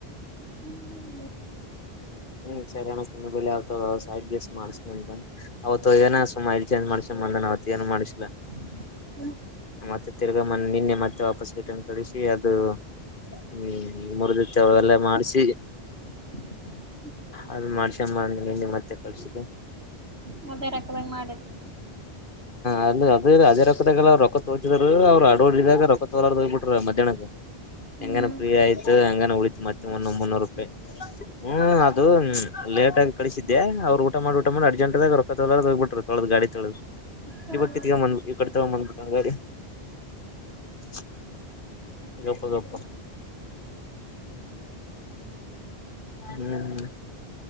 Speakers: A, on the right; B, on the left.
A: ಹ್ಮ್
B: ಹ್ಮ್ ಸರಿಯಣ್ಣ <unintelligible> ಮಾಡ್ಸಂತ ಅವತ್ತು ಏನ ಸ್ಮೈಲ್ ಚೇಂಜ್ ಮಾಡ್ಸ ಹುಂ ಅಂದೆ ನಾ ಅವತ್ತು ಏನು ಮಾಡಿಸಿಲ್ಲ
A: <inaudible>
B: ಮತ್ತೆ ತಿರ್ಗಮನ್ ನಿನ್ನೆ ಮತ್ತೆ ವಾಪಸ್ ರಿಟರ್ನ್ ಕಳಿಸಿ ಅದು ಹ್ಮ್ ಮೂರುದಿತ್ ತವೆಲ್ಲ ಮಾಡ್ಸಿ
A: <inaudible>
B: ಅದು ಮಾಡ್ಸ ಮಾಡಿದೀನಿ ನಿನ್ನೆ ಮತ್ತೆ ಕಳ್ಸಿದಿನಿ
A: ಮದ್ ಬೇಡಕವಾ ಹಿಂಗ್ ಮಾಡಿದ್ರೆ
B: ಹಂಗೆ ಅದೇ ಅದೇ <unintelligible> ರೊಕ್ಕ ತೋಚಿದ್ರು ಅವ್ ಅಡಡಿದಾಗ ರೊಕ್ಕ ತೋಲಾರದ ಹೋಗಿ ಬಿಟರ ಮಧ್ಯಾಹ್ನ
A: ಹ್ಮ್
B: ಹೆಂಗಾನ ಫ್ರೀ ಆಯ್ತು ಹೆಂಗಾನ ಉಳಿತು ಮತ್ತೆ ಮುನೂರ್ ಮುನ್ನೂರು ರೂಪಾಯಿ ಹ್ಮ್ ಅದು ಲೇಟಾಗಿ ಕಳಿಸಿದ್ದೆ ಅವ್ರು ಊಟ ಮಾಡಿ ಊಟ ಮಾಡಿ ಅಜಂಟ್ಟಾಗಿ ರೊಕ್ಕ ತಕೊಳರ್ದೆ ಹೋಗ್ಬಿಟ್ರು ಹತ್ಕೊಂಡು ಗಾಡಿ
A: ಚಲೋ
B: ಇವಾಗ
A: ಮಾಡಿದ್ರು
B: ಕಿತ್ತಕ ಬಂನು ಈ ಕಡೆ <unintelligible> ಗಪ್ಪ ಗಪ್ಪ ಹ್ಮ್